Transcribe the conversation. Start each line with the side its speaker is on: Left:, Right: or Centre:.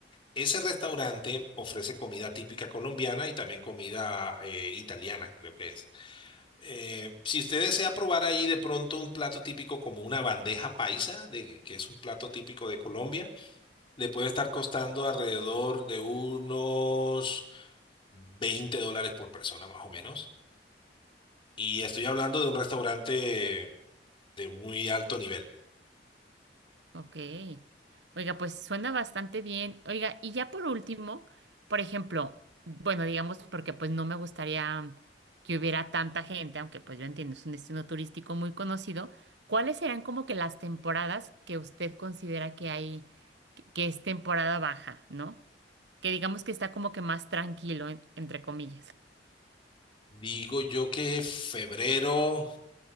Left: Ese restaurante ofrece comida típica colombiana y también comida eh, italiana, creo que es. Eh, si usted desea probar ahí de pronto un plato típico como una bandeja paisa, de, que es un plato típico de Colombia, le puede estar costando alrededor de unos 20 dólares por persona, más o menos. Y estoy hablando de un restaurante de muy alto nivel.
Right: Ok. Oiga, pues suena bastante bien. Oiga, y ya por último, por ejemplo, bueno, digamos porque pues no me gustaría que hubiera tanta gente, aunque pues yo entiendo, es un destino turístico muy conocido. ¿Cuáles serán como que las temporadas que usted considera que hay, que, que es temporada baja, ¿no? Que digamos que está como que más tranquilo, en- entre comillas.
Left: Digo yo que febrero,